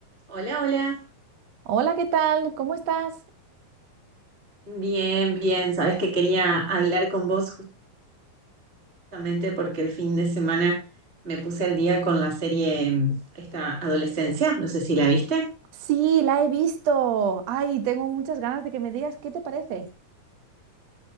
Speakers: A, on the right; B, on the right.
A: Hola, hola.
B: Hola, ¿qué tal? ¿Cómo estás?
A: Bien, bien. Sabes que quería hablar con vos justamente porque el fin de semana me puse al día con la serie mm, esta Adolescencia. No sé si la viste.
B: Sí, la he visto. Ay, tengo muchas ganas de que me digas qué te parece.